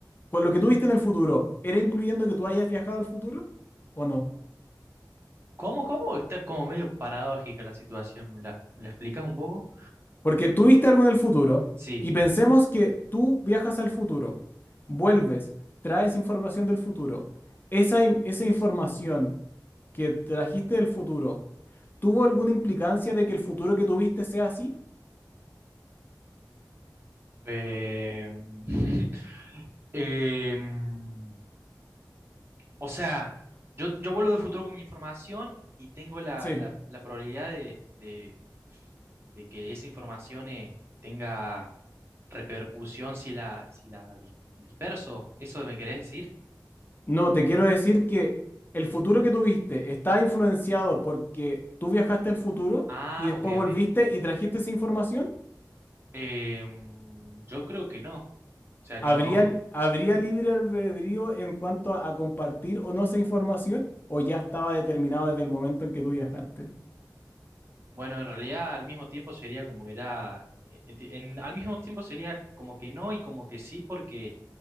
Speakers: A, on the left; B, on the right.
A: con lo que tú viste en el futuro, ¿era incluyendo que tú hayas viajado al futuro o no?
B: ¿Cómo, cómo? Está como medio paradójica la situación. ¿Me la, me la explicas un poco?
A: Porque tú viste algo en el futuro
B: Sí.
A: y pensemos que tú viajas al futuro, vuelves, traes información del futuro. Esa, in- esa información que trajiste del futuro, ¿tuvo alguna implicancia de que el futuro que tuviste sea así?
B: Eh, <laughs> em, o sea, yo, yo vuelvo de futuro con mi información y tengo la,
A: Sí,
B: la- la probabilidad de, de- de que esa información eh, tenga repercusión si la, si la dis- disperso. ¿Eso me querés decir?
A: No, te quiero decir que el futuro que tuviste está influenciado porque tú viajaste al futuro
B: Ah,
A: y después
B: ok,
A: volviste
B: ok.
A: y trajiste esa información.
B: Em, yo creo que no. O sea, que
A: ¿Habría,
B: no.
A: habría libre albedrío en cuanto a, a compartir o no esa información? ¿O ya estaba determinado desde el momento en que tú viajaste?
B: Bueno, en realidad al mismo tiempo sería como era, eh, enti- en- al mismo tiempo sería como que no y como que sí, porque